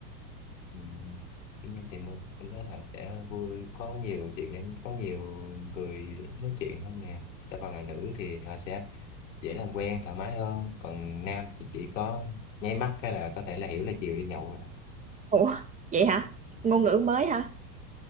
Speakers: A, on the left; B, on the right.
A: ừ. Tuy thì mình mình nói là sẽ vui có nhiều chuyện nên có nhiều người nói chuyện hơn nè đa phần là nữ thì họ sẽ dễ làm quen thoải mái hơn còn nam thì chỉ có nháy mắt cái là có thể là hiểu là chiều đi nhậu rồi đó.
B: Ủa, vậy hả? Ngôn ngữ mới hả?